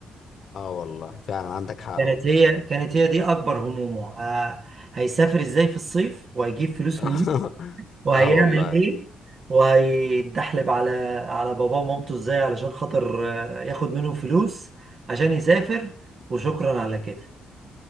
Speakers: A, on the left; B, on the right.
A: اه والله فعلا عندك حق
B: كانت
A: والله
B: هي كانت هي دي اكبر همومه آه، هيسافر ازاي في الصيف وهيجيب فلوس
A: <laughs>
B: منين وهيعمل
A: اه والله
B: ايه وهيتدحلب على على باباه ومامته ازاي علشان خاطر آه، ياخد منهم فلوس عشان يسافر وشكرا على كده